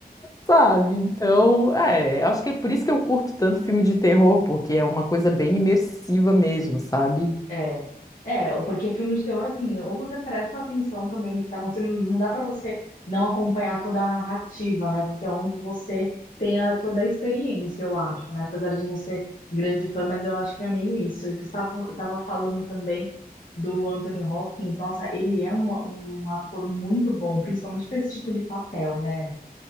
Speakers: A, on the left; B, on the left.
A: sabe? Então, é, acho que é por isso que eu curto tanto filme de terror, porque é uma coisa bem imersiva mesmo, sabe?
B: É. É, porque filme de terror, assim, ou você presta atenção também no que tá acontecendo, não dá pra você não acompanhar toda a narrativa, né? Porque é onde você tem a- toda a experiência, eu acho, né? Apesar de não ser grande fã, mas eu acho que é meio isso. E você tava, tava falando também do Anthony Hopkins, nossa, ele é um, um ator muito bom, principalmente pra esse tipo de papel, né?